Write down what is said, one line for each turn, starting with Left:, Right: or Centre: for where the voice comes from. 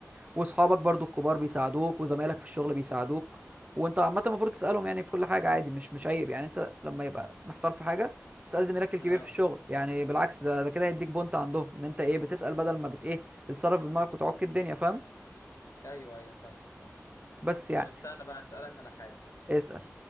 Right: واصحابك برضو الكبار بيساعدوك وزمايلك في الشغل بيساعدوك وانت عامه المفروض تسالهم يعني في كل حاجه عادي مش مش عيب يعني انت لما يبقى محتار في حاجه تسال زميلك الكبير
Left: اه
Right: في الشغل يعني بالعكس ده ده كده هيديك بونت عندهم ان انت ايه بتسال بدل ما بت ايه بتتصرف بدماغك وتعك الدنيا فاهم
Left: ايوه ايوه فاهمك فاهم
Right: بس يعني
Left: طب استنى بقى اسالك على حاجه
Right: اسال